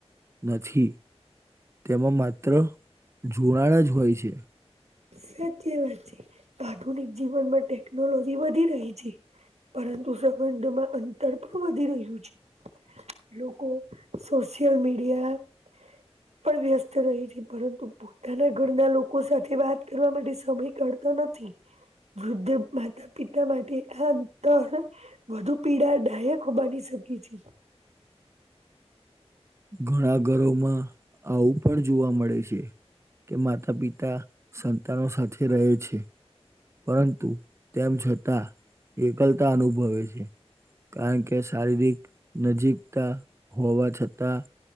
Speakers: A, on the right; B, on the right.
A: નથી. તેમાં માત્ર જુનાણા જ હોય છે.
B: સાચી વાત છે, આધુનિક જીવનમાં ટેકનોલોજી વધી રહી છે. પરંતુ સંબંધમાં અંતર પણ વધી રહ્યું છે. લોકો, સોશિયલ મીડિયા પણ વ્યસ્ત રહી છે પરંતુ પોતાના ઘરના લોકો સાથે વા ત કરવા માટે સમય કાઢતા નથી. વૃદ્ધ માતા પિતા માટે આ અંતર વધુ પીડા દાયક બની શકી છે.
A: ઘણા ઘરોમાં, આવું પણ જોવા મળે છે. કે માતા પિતા સંતાનો સાથે રહે છે. પરંતુ, તેમ છતાં, એકલતા અનુભવે છે. કારણ કે શારીરિક નજીકતા હોવા છતાં